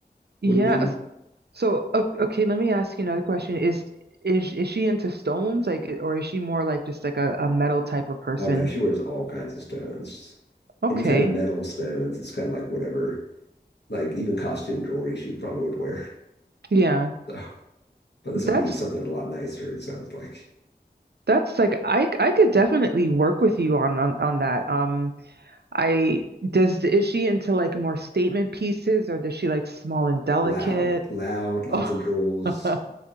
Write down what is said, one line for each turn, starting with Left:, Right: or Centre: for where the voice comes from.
Right: Yeah.
Left: would be.
Right: s- So, o- okay, let me ask you another question. Is is is she into stones, like, or is she more like just like a, a metal type of person?
Left: Oh no, she wears all kinds of stones.
Right: Okay.
Left: Any kind of metal stones. It's kind of like whatever. Like even costume jewelry she probably would wear.
Right: Yeah.
Left: <laughs> So, but this
Right: That's
Left: would be something a lot nicer, it sounds like.
Right: that's like I I could definitely work with you on on on that. Um, I does is she into like more statement pieces, or does she like small and delicate?
Left: loud, loud, lots
Right: Oh,
Left: of jewels,
Right: <laughs>